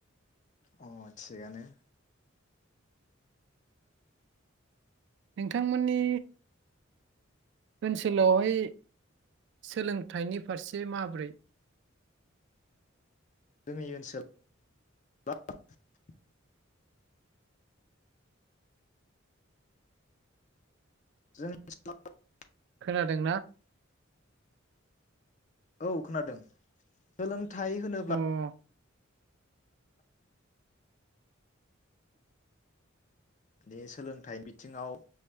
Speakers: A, on the left; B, on the right.
A: अ थिगानो।
B: नोंथांमोननि ओनसोलावहाय सोलोंथाइनि फारसे माबोरै?
A: जोंनि ओनसोल <unintelligible> <inaudible>
B: खोनादोंना?
A: औ खोनादों सोलों- <unintelligible> थाय होनोब्ला
B: अ उम
A: बे सोलोंथाइ बिथिङाव